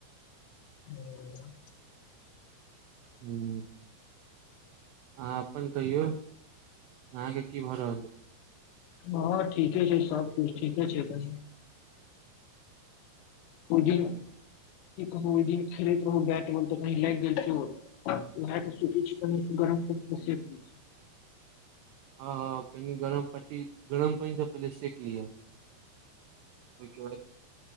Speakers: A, on the left; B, on the right.
A: ओ
B: हू <unintelligible> अहाँ अपन कहियौ अहाँके की भऽ रहल अछि
A: हँ ठीके छै सबकछु ठीके छै कनी ओहि दिन ओहि दिन खेलैत रहु बैट बॉल तऽ कनी लागि गेल चोट उहा के सोचय छिय गरम पानी से सेक दी
B: ह हँ कनि गरम पट्टी गरम पानि त पहिले सेक लिया ओहिके बाद